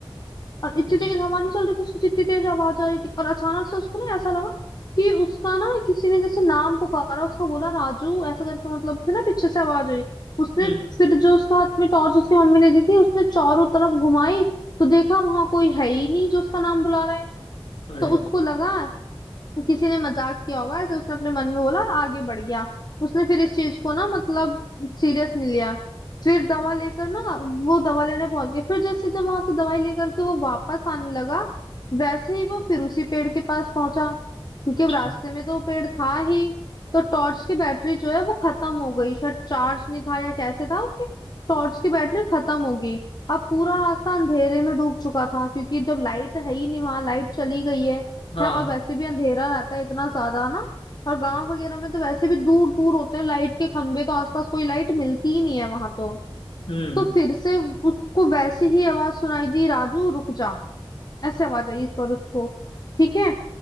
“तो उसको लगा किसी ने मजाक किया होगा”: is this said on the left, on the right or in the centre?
Left